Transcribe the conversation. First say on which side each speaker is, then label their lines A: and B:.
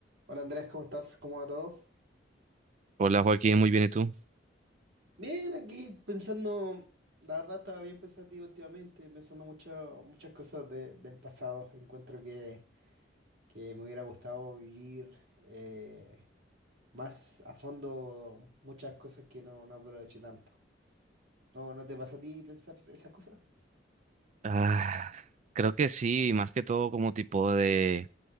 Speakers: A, on the right (about 85°); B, on the right (about 40°).
A: Hola Andrés, ¿cómo estás? ¿Cómo va todo?
B: Hola Joaquín, muy bien, ¿y tú?
A: Bien, aquí pensando, la verdad estaba bien pensativo últimamente, pensando mucho, muchas cosas de- del pasado. Encuentro que, que me hubiera gustado vivir eh, más a fondo muchas cosas que no, no aproveché tanto. ¿No, no te pasa a ti pensar esas cosas?
B: Ah, creo que sí, más que todo como tipo de,